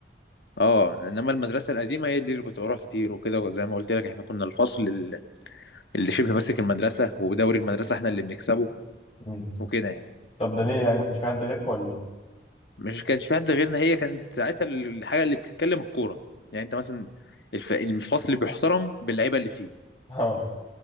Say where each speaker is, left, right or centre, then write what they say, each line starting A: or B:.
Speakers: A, on the left (about 65°); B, on the left (about 30°).
A: اه انما المدرسه القديمه هي دي اللي كنت بروح كتير وكده زي ما قلت لك احنا كنا الفصل ال- اللي شبه ماسك المدرسه ودوري المدرسه احنا اللي بنكسبه
B: مم.
A: وكده يعني
B: طب ده ليه يعني ما كانش في حد غيرك ولا ايه؟
A: مش كانش في حد غيرنا هي كانت ساعتها الحاجه اللي بتتكلم الكوره يعني انت مثلا الف- الفصل بيحترم باللعيبه اللي فيه
B: <laughs> اه